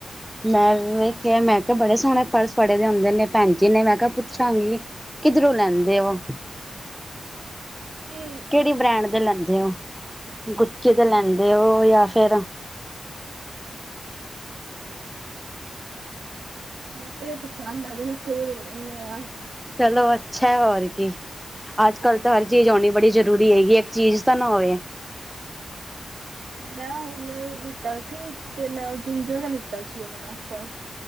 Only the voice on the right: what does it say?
ਅਸੀਂ
ਸਾਨੂੰ ਜਿਹੜੇ ਪਸੰਦ ਆਂ ਜਾਵੇਂ, ਉੱਥੋਂ ਲੈ ਲੈਨੇ ਆਂ।
ਹਾਂਜੀ
ਮੈਂ ਹੁਣ ਲਿੱਤਾ ਸੀ, ਤੇ ਮੈਂ ਉਹ ਜਿੰਜਰ ਦਾ ਲਿੱਤਾ ਸੀ, ਉਹ ਵਾਲ਼ਾ ਪਰਸ।